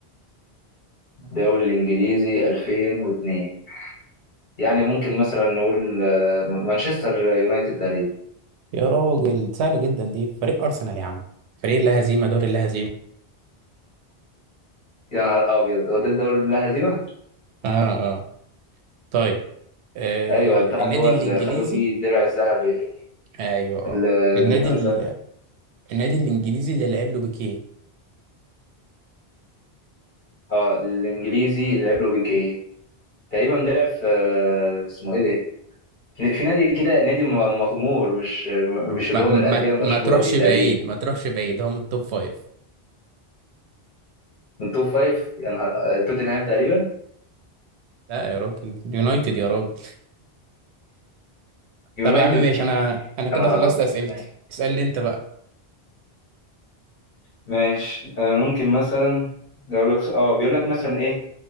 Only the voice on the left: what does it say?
دوري الإنجليزي 2002 يعني ممكن مثلا نقول آه، مانشستر يونايتد تقريبا
يا نهار أبيض هو ده الدوري اللي لا هزيمة؟
أيوه بتاع
اللي هو
اللي خدوا فيه الدرع الذهبي
ال-
بتاع
الذهب
اه الإنجليزي اللي لعب له بيكيه تقريبا لعب في آه، اسمه إيه ده؟ في نادي كده نادي م- مغمور مش مش اللي
هو
من الأندية المشهورة
دي
تقريبا
من التوب فايف يا نهار توتنهام تقريبا
يونايتد
يا نهار
أبيض
ماشي
ماشي. آه، ممكن مثلا أقول لك اه بيقول لك مثلا ايه